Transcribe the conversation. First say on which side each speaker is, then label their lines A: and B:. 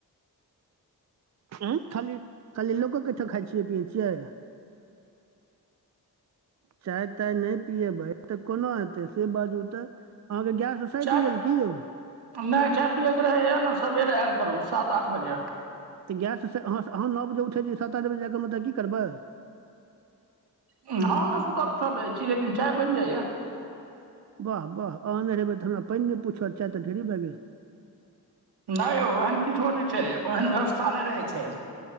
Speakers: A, on the right; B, on the right.
A: हुं खाली खाली लोके ओहिठाम खाइ छियै पीयै छियै। चाय ताय नहि पियेबै तऽ कोना हेतै से बाजू ते। अहाँके गैस सैध
B: चाय
A: गेल की यौ?
B: नहि चाय पियैके रहैए ने सबेरे आयल करू सात आठ बजे।
A: तऽ गैससँ अ अहाँ नओ बजे उठै छियै, सात आठ बजे जाय के ओतऽ की करबै।
B: हम ने सुतल उठल रहै छी लेकिन चाय बनि जाइये।
A: वाह वाह अहुं नहि रहेबै तऽ हमरा पानि नहि पुछत चाय तऽ ढेरी भए गेल।
B: नहि यौ ओहन किछो नहि छै, ओहन व्यवस्था नहि रहै छै।